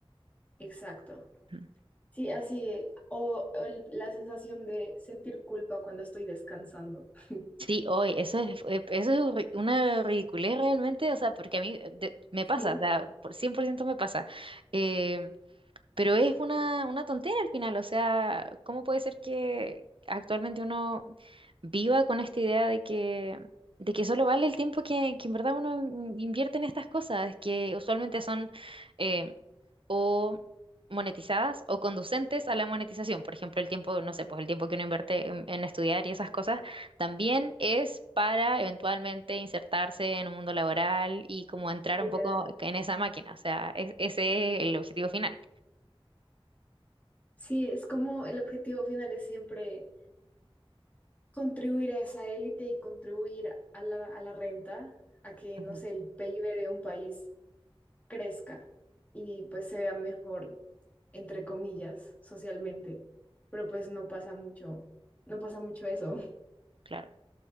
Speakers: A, on the left; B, on the right.
A: exacto.
B: Ujú.
A: Sí, así, es. o, o el- la sensación de sentir culpa cuando estoy descansando. <laughs>
B: Sí, hoy, eso es, eh, eso es ri- una ridiculez realmente, o sea, porque a mí de- me pasa,
A: Sí,
B: o sea, por 100% me pasa eh, Pero es una, una tontera al final, o sea, ¿cómo puede ser que actualmente uno viva con esta idea de que, de que solo vale el tiempo que, que en verdad uno in- invierte en estas cosas, que usualmente son eh, o monetizadas o conducentes a la monetización? Por ejemplo, el tiempo, no sé, pues el tiempo que uno invierte en, en estudiar y esas cosas también es para eventualmente insertarse en un mundo laboral y como entrar
A: literal.
B: un poco en esa máquina, o sea, es- ese es el objetivo final.
A: Sí, es como el objetivo final es siempre contribuir a esa élite y contribuir a la, a la renta, a que,
B: Ujú.
A: no sé, el PIB de un país crezca y pues se vea mejor, entre comillas, socialmente. Pero pues no pasa mucho, no pasa mucho eso. <laughs>
B: Claro.